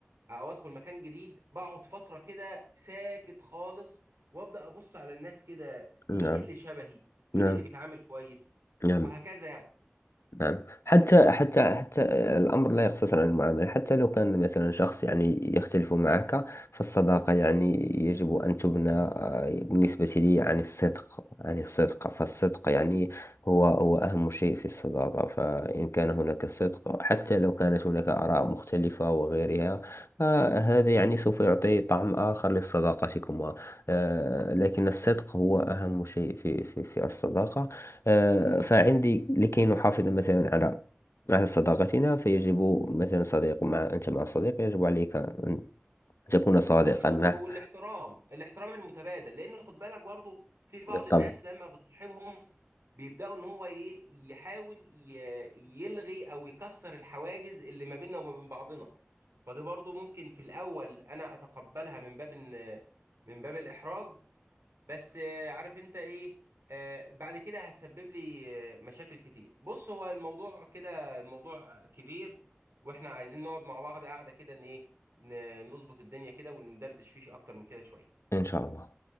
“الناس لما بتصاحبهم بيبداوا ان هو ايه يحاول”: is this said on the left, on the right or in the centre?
Right